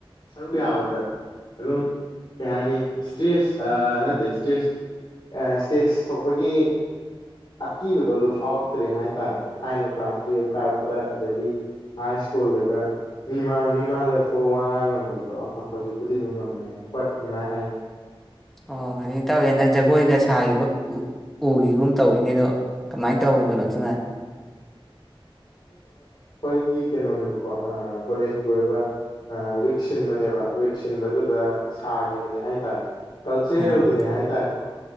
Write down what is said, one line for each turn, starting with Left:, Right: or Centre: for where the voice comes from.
Left: ꯁꯔꯨꯛ ꯌꯥꯕꯗ ꯑꯗꯨꯝ ꯀꯩ ꯍꯥꯏꯅꯤ ꯏꯁꯇ꯭ꯔꯦꯁ ꯅꯠꯇꯦ ꯏꯁꯇ꯭ꯔꯦꯁ ꯏꯁꯇꯦꯁ ꯊꯣꯛꯄꯒꯤ ꯑꯀꯤꯕꯗꯣ ꯑꯗꯨ ꯐꯥꯎꯔꯛꯇ꯭ꯔꯦ ꯍꯥꯏꯇꯥꯔꯦ ꯊꯥꯏꯅ ꯀ꯭ꯂꯥꯁ ꯀꯥꯔꯛꯄꯗ ꯑꯗꯒꯤ ꯍꯥꯏ ꯁ꯭ꯀꯨꯜꯗꯒ ꯃꯤꯃꯥꯡ ꯃꯤꯃꯥꯡꯗ ꯊꯣꯛꯑ ꯋꯥ ꯉꯥꯡ ꯉꯝꯗꯕꯗꯣ ꯑꯗꯣ ꯍꯧꯖꯤꯛꯄꯨꯗꯤ ꯑꯗꯨꯝ ꯉꯝꯃꯦ ꯍꯣꯏ ꯑꯗꯨꯃꯥꯏꯅ ꯍꯥꯏꯅꯤ
Centre: ꯑꯣ ꯑꯗꯨ ꯇꯧꯋꯦ ꯍꯟꯗꯛ ꯖꯒꯣꯏꯒ ꯁꯥꯈꯤꯕ ꯎ ꯎꯒꯤꯒꯨꯝ ꯇꯧꯋꯅꯦ ꯑꯗꯣ ꯀꯃꯥꯏꯅ ꯇꯧ ꯀꯩꯅꯣꯗꯨꯅ
Left: ꯒꯤ ꯀꯩꯅꯣꯅꯦꯕꯀꯣ ꯀꯣꯂꯦꯖꯀꯤ ꯑꯣꯏꯕ ꯋꯤꯛ ꯁꯤꯟꯕꯅꯦꯕ ꯋꯤꯛ ꯁꯤꯟꯕꯗꯨꯗ ꯁꯥꯈꯤꯕꯅꯦ ꯍꯥꯏꯇꯥꯔꯦ ꯀꯜꯆꯔꯦꯜꯒꯤꯅꯦ
Centre: ꯑꯥ
Left: ꯍꯥꯏꯇꯥꯔꯦꯀꯣ